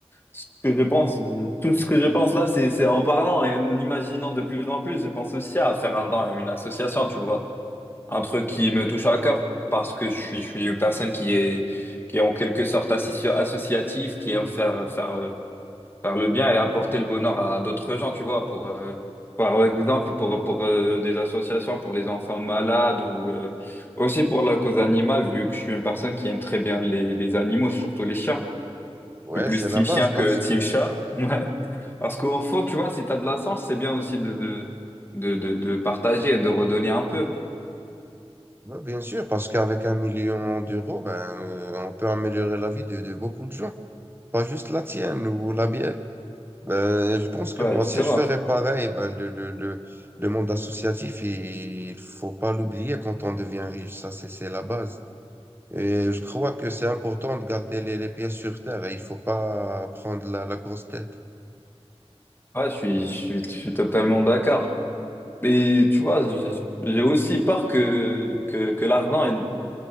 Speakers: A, on the left; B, on the right.
A: ce que je pense, euh, tout ce que je pense là, c'est c'est en parlant et en imaginant de plus en plus, je pense aussi à faire un don à une association, tu vois. un truc qui me touche à cœur parce que je suis, je suis une personne qui est, qui est en quelque sorte associ- associative, qui aime faire, faire, euh, faire le bien et apporter le bonheur à d'autres gens, tu vois, pour, euh, par exemple, pour, pour euh, des associations, pour les enfants malades ou euh, aussi pour la cause animale, vu que je suis une personne qui aime très bien les, les animaux, surtout les chiens.
B: Ouais,
A: Je suis plus
B: c'est
A: team
B: la base
A: chien
B: parce
A: que team chat. <laughs> Ouais. Parce qu'au fond, tu vois, si t'as de la chance, c'est bien aussi de, de, de, de, de partager et de redonner un peu.
B: ouais, bien sûr parce qu'avec un million d'euros, ben euh, on peut améliorer la vie de, de beaucoup de gens, pas juste la tienne ou la mienne. Euh, je pense que
A: Ouais,
B: moi aussi,
A: justement.
B: je ferais pareil. Ben, le, le, le, le monde associatif, il il faut pas l'oublier quand on devient riche. Ça, c'est, c'est la base. Et je crois que c'est important de garder les, les pieds sur terre et il faut pas prendre la, la grosse tête.
A: Ouais, je suis, je suis, je suis totalement d'accord. mais tu vois, je- j'ai aussi peur que, que, que l'argent, elle,